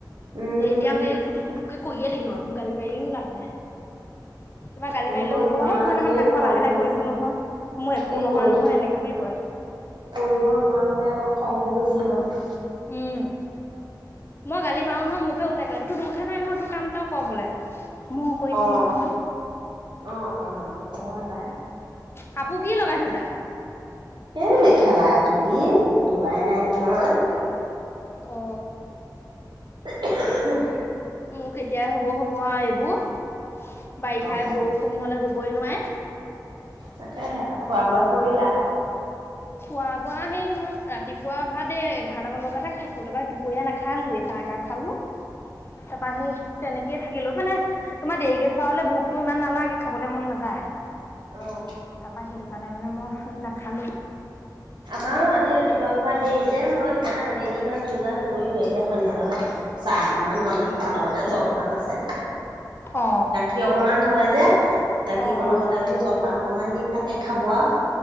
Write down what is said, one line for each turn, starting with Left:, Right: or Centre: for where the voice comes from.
Right: উম।
Left: এতিয়াও সেই কুটুক কুটুকে কৰিয়ে থাকিব গালি পাৰিও লাভ নাই তোমাৰ গালি
Right: কৰিব
Left: পাৰিলেও মোক
Right: নোৱাৰা
Left: কব' সেই মনে
Right: হলেই
Left: মনে থাক
Right: খংবোৰ
Left: মই লাহে লাহে কৰিছো নহয় মই একো
Right: এই
Left: নহয়
Right: কৈ
Left: নহয় এনেকে বুলি কয়
Right: কৰিব নোৱাৰা হ'লে আকৌ খংবোৰ বেছি হয়
Left: উম মই গালি পাৰু নহয় মোকে ওলোতাই গালি পাৰে তোৰ দৰকাৰ নাই নহয় তোৰ কাম তই ক বোলে মই কৰি থাকিম
Right: অ
Left: নহয়
Right: অ অ হয় পাই
Left: কাপোৰ কি লগাই থৈছা
Right: এ মেখেলা এজোতি ওলোৱাই নাই নহয়
Left: অ
Right: <unintelligible>
Left: মোৰ কেতিয়া হ'ব হ'ব আৱ এইবোৰ বাৰিষা
Right: অ'।
Left: বৰষুণ হলে ববই নোৱাৰে
Right: তাকেহে খোৱা বোৱা কৰিলা
Left: খোৱা বোৱা সেই মই ৰাতিপুৱা ভাত এ এঘাৰটামান বজাতহে খাইছো তাৰপৰা দুপৰিয়া নাখালোঁৱে চাহ একাপ খালোঁ
Right: <unintelligible>
Left: তাপা সেই তেনেকেইে থাকিলো মানে তোমাৰ দেৰিকে খোৱা হলে ভোকতো ইমান নালাগে খাবলে মন নাযায়
Right: অ'।
Left: তাৰপা সেইটো কাৰণে মানে মই সেই নাখালো
Right: আমাৰো আজি ৰাতিপুৱা খোৱা দেৰি যে মই সেইকাৰণে আবেলি ইমান যু যা নকৰিলোৱে এতিয়া সন্ধিয়া লগা চাহ অকমান বনাম তাৰ লগতে জলপান আছে
Left: অ
Right: গাখীৰ অকমান হয় যে গাখীৰকন
Left: অ অ
Right: সতে
Left: অ
Right: বোলো জলপান অকমান দিম তাকে খাব আও